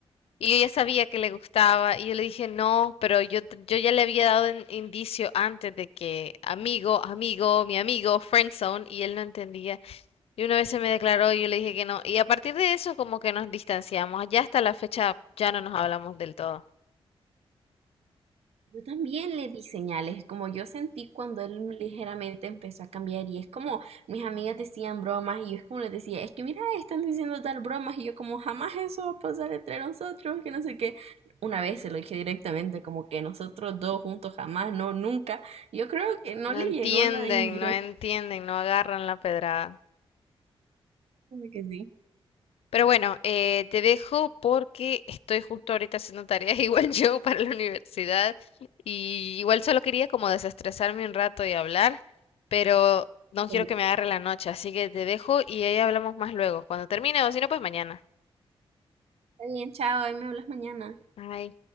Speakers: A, on the left; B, on the right.
A: Y yo ya sabía que le gustaba y yo le dije no, pero yo, t- yo ya le había dado in- indicio antes de que amigo, amigo, mi amigo, friendzone, y él no entendía. Y una vez se me declaró y yo le dije que no. Y a partir de eso como que nos distanciamos. Ya hasta la fecha ya no nos hablamos del todo.
B: Yo también le di señales, como yo sentí cuando él ligeramente empezó a cambiar y es como mis amigas decían bromas y yo es como les decía, es que mira, están diciendo tal bromas y yo como jamás eso va a pasar entre nosotros, que no sé qué. Una vez se lo dije directamente, como que nosotros dos juntos jamás, no, nunca. Yo creo que no
A: No
B: le
A: entienden,
B: llegó la indirecta.
A: no entienden, no agarran la pedrada.
B: que sí.
A: Pero bueno, eh, te dejo porque estoy justo ahorita haciendo tareas <laughs> igual yo para la universidad y igual solo quería como desestresarme un rato y hablar, pero no
B: Está
A: quiero que me agarre la noche, así que te dejo y ahí hablamos más luego, cuando termine o si no, pues mañana.
B: bien, chao, ahí me hablas mañana.
A: Bye.